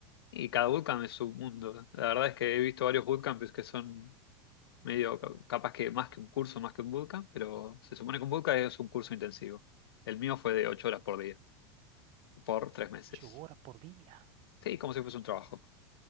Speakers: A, on the left (about 85°); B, on the right (about 55°).
A: Y cada bootcamp es un mundo. La verdad es que he visto varios bootcamps que son medio ca- capaz que más que un curso, más que un bootcamp, pero se supone que un bootcamp es un curso intensivo. El mío fue de ocho horas por día, por tres meses.
B: Ocho horas por día.
A: Sí, como si fuese un trabajo.